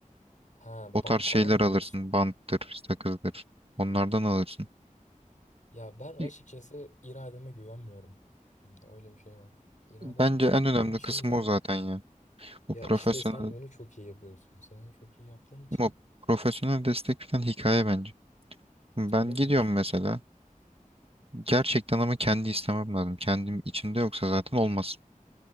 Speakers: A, on the left; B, on the right.
A: Ha
B: O
A: bant
B: tarz şeyler
A: falan mı
B: alırsın.
A: diyorsun?
B: Banttır, sakızdır. Onlardan alırsın.
A: Ya ben açıkçası
B: Ya,
A: irademe güvenmiyorum. Şimdi öyle bir şey var. İrademe
B: Bence
A: güvenmediğim
B: en önemli
A: için
B: kısmı
A: de
B: o zaten ya. O
A: ya
B: profesyonel,
A: işte sen onu çok iyi yapıyorsun. Sen onu çok iyi yaptığın için
B: o profesyonel destek falan hikaye bence. Ben
A: öyle
B: gidiyorum
A: mi diyorsun?
B: mesela. Gerçekten ama kendi istemem lazım. Kendim içimde yoksa zaten olmaz.